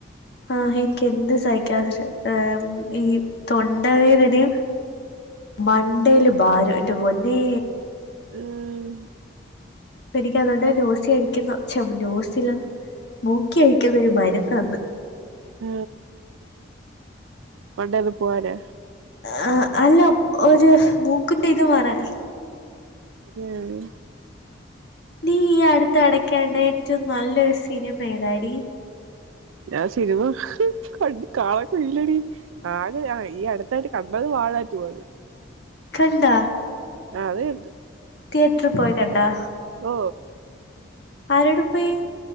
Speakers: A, on the left; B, on the right.
A: ആഹ് എനിക്ക് എന്ത് സഹിക്കാൻ പക്ഷേ ആ ഈം തൊണ്ടവേദനയും മണ്ടയ്ല് ഭാരം എന്റെ പൊന്നേ
B: ഉം
A: അപ്പനിക്ക് അതോണ്ട് നോസിയയിക്കുന്ന ചം നോസില്ലാന്ന് മൂക്കി ഓഴിക്കുന്ന ഒരു മരുന്നുണ്ട്
B: ഏ മണ്ടേൽ പോലെ
A: ആ അല്ല ഒരു മൂക്കിന്റെ ഇത് മാറാൻ
B: ഉം
A: നീ അടു തൊടാക്കാനായിട്ട് ഏറ്റവും നല്ലൊരു സിനിമ ഏതാടി
B: ഞാൻ സിനിമ ക കാണത്തില്ലടി ആകെ ഈ അടുത്തായിട്ട് കണ്ടത് വാഴ ടു ആണ്
A: കണ്ട
B: അത് കണ്ട്
A: തിയേറ്റർ പോയിക്കണ്ടാ
B: ഓ
A: ആരൂടെ പോയി